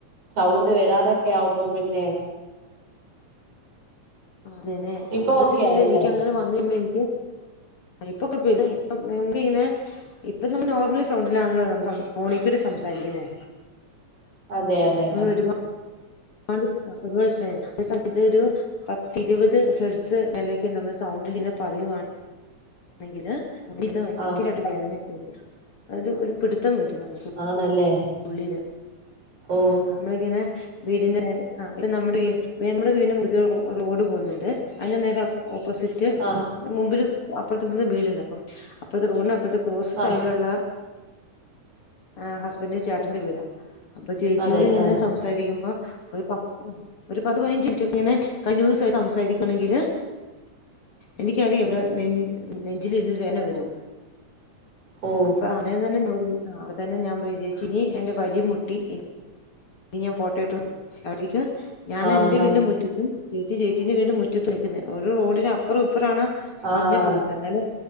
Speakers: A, on the right (about 50°); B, on the left (about 45°).
A: സൗണ്ട് വരാതൊക്കെയവുമ്പം പിന്നെ
B: അതേനെ
A: ഇപ്പൊ
B: അത് വെച്ചിട്ടില്ലേ
A: ഓക്കെ ആയല്ലേ
B: എനിക്ക് അങ്ങനെ വന്ന് കഴിയുമ്പോ എനിക്ക് ഇപ്പൊ കൊഴപ്പല്യാ ഇപ്പൊ നമുക്ക് ഇങ്ങനെ ഇപ്പൊ നമ്മ നോർമലി സൗണ്ടിലാണല്ലോ നമ്മ ഫോണി കൂടി സംസാരിക്കുന്നേ
A: അതെ അതെ
B: നമ്മൾ
A: ആഹ്
B: ഒരുപാട് <unintelligible> ഒരുപാട് സ്‌ട്രെയിൻ പഷേ ഇതൊരു പത്തിരുപത് ഹെഡ്സ് മേലെയ്ക്ക് നമ്മള് സൗണ്ടിൽ ഇങ്ങനെ പറയുവാണ് വാണേങ്കില് ഭയങ്കരമായിട്ട്
A: ആഹ്
B: വേദനൊക്കെ വരും അ ഒരു പിടിത്തം വരും നമുക്ക്
A: ആണല്ലേ
B: ഉള്ളില്
A: ഓ
B: നമ്മളിങ്ങനെ വീടിന്റെ ആഹ് ഇപ്പ നമ്മുടെ നമ്മള് വീടിന്റെ മുകളിലേക്ക് ഒരു റോഡ് പോകുന്നുണ്ട് അതി നേരെ ഓപ്പോസിറ്റ്
A: ആഹ്
B: റ്റ് മുമ്പില് അപ്പർത്തും ഇപ്പർത്തു വീട്ണ്ട് അപ്പം അപ്പർത്തെ റോഡ്ന് അപ്പർത്തെ റോസ് സൈഡിലുള്ളാ
A: ആഹ്
B: ഏഹ് ഹസ്ബന്റ് ചേട്ടെന്റെ വീടാ അപ്പൊ ചേച്ചിയോട്
A: അതെ
B: ഇങ്ങെനെ
A: ആഹ്
B: സംസാരിക്ക്യുമ്പാെ ഒരു പത് ഒരു പത്ത് പയ്നഞ്ച് മിൻറ്റൊക്കെങ്ങെനെ കൺഡ്യൂസായ്‌ സംസാരിക്കണെങ്കില് എനിക്കറിയാം വ്ടെ നെൻ നെഞ്ചില് ങ്ങ് വേദ്ന വെരും
A: ഓ
B: അപ്പൊ അങ്ങെനെ തന്നെ ഞാൻ ആഹ് അപ്പൊ തന്നെ ഞാ പോയി ചോയ്ച്ച് ഇനി എന്റെ വഴി മുട്ടി ഇ ഇനി ഞാൻ പോട്ടേട്ടോന്ന് അപ്പഴ്ത്തേക്ക് ഞാൻ
A: ആഹാ
B: എന്റെ വീട്ന്റെ മുറ്റത്ത് ചേച്ചി ചേച്ചിന്റെ വീട്ന്റെ മുറ്റത്ത് നിക്കുന്നെയാ ഒര് റോഡിന് അപ്പറും ഇപ്പറു ആണ് പറഞ്ഞിട്ടുള്ളത്
A: ആഹ്
B: ന്നാലും